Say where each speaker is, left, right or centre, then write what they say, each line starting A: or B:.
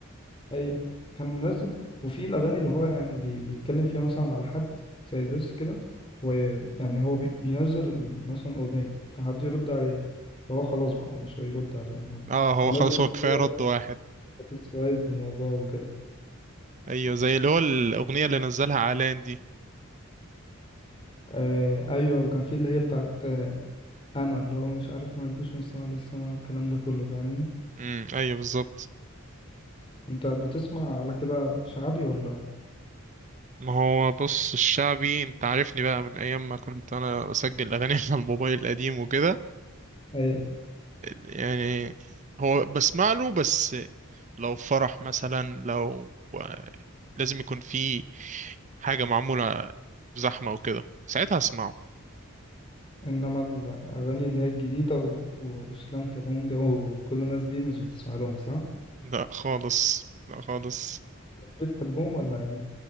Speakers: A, on the left (about 25°); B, on the right (about 35°).
A: أي كان منزل وفي الأغاني اللي هو يعني بي بيتكلم فيها مثلا على حد زي ديس كده ويعني هو بي بينزل مثلا أغنية فحد يرد عليه فهو خلاص بقى مش هيرد عليه هو
B: اه هو
A: هو نزل
B: خلاص هو كفاية
A: أغنية
B: رد واحد
A: سوايد الموضوع وكده
B: ايوه زي اللي هو الاغنية اللي نزلها علان دي
A: آه أيوة وكان في اللي هي بتاعت آه أنا اللي هو مش عارف ما تجوش من السنة للسنة الكلام ده كله فاهمني
B: امم ايوه بالظبط
A: أنت بتسمع على كده شعبي ولا
B: ما هو بص الشعبي انت عارفني بقى من ايام ما كنت انا بسجل اغاني <laughs> على الموبايل القديم وكده
A: اي
B: يعني هو بسمع له بس لو فرح مثلا لو لازم يكون في حاجة معمولة زحمة وكده ساعتها اسمعه
A: انما الاغاني اللي هي الجديده و... واسلام كابونجا <laughs> وكل الناس دي مش بتسمع لهم صح
B: لا خالص لا خالص
A: مش بتحبهم ولا يعني